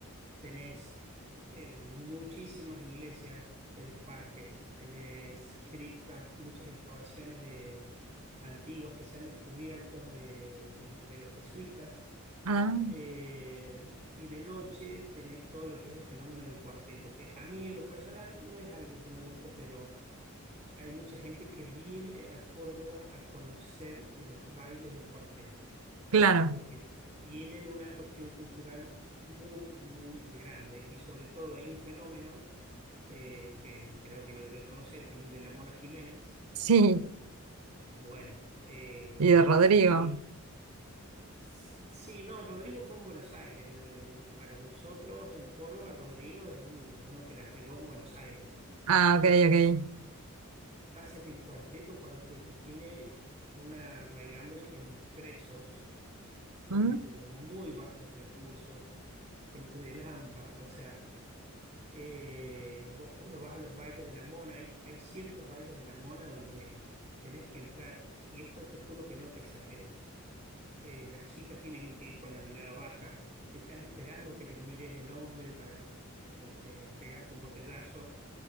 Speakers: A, on the right; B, on the right.
A: tenés eh, muchísimas iglesias, tenés parques, tenés criptas, muchas excavaciones de antiguas que se han descubierto de, de los jesuitas.
B: Ah,
A: Eh, y de noche tenés todo lo que es el fenómeno del cuarteto, que a mí en lo personal no es algo que me guste, pero hay mucha gente que viene a Córdoba a conocer los bailes de cuarteto
B: claro,
A: porque tienen una cuestión cultural muy, muy grande y sobre todo hay un fenómeno eh, que creo que lo debes conocer, que es el de la Mona Jiménez.
B: sí.
A: Bueno, eh,
B: Y de Rodrigo.
A: que hay... s- Sí, no, Rodrigo fue en Buenos Aires. eh, Para nosotros en Córdoba, Rodrigo es uno, uno que la pegó en Buenos Aires.
B: Ah, ok, ok.
A: Pasa que el cuarteto, cuarteto, tiene una raigambre en presos, gente
B: Mm,
A: de muy bajos recursos, gente de Lampa, o sea, Eh, vos cuando vas a los bailes de la mona, hay, hay ciertos bailes de la mona donde tenés que entrar, y esto te juro que no te exagero. eh, las chicas tienen que ir con la mirada baja, están esperando que les mires el hombre para este, pegarte un botellazo.